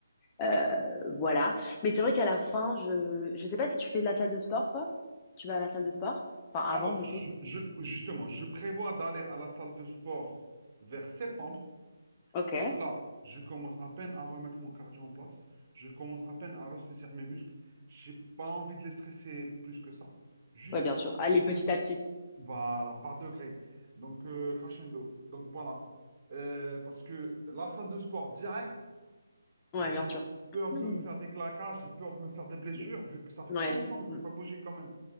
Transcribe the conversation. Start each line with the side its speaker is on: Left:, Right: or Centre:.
Left: Euh, voilà. Mais c'est vrai qu'à la fin, je je sais pas si tu fais de la salle de sport, toi? Tu vas à la salle de sport? Enfin, avant,
Right: Alors,
Left: du
Right: je,
Left: coup.
Right: je- justement, je prévois d'aller à la salle de sport vers septembre,
Left: Ok.
Right: parce que là, je commence à peine à remettre mon cardio en place, je commence à peine à ressaisir mes muscles, j'ai pas envie de les stresser plus que ça. Juste,
Left: Ouais, bien sûr. Allez, petit à petit.
Right: Voilà, par degré. Donc, euh, crescendo. Donc, voilà. Euh, parce que la salle de sport direct,
Left: Ouais,
Right: j'ai
Left: bien sûr.
Right: peur
Left: <clears throat>
Right: de me faire des claquages, j'ai peur de me faire des blessures,
Left: Mhm.
Right: vu que ça fait
Left: Ouais.
Right: 5 ans que
Left: Mm.
Right: j'ai pas bougé quand même.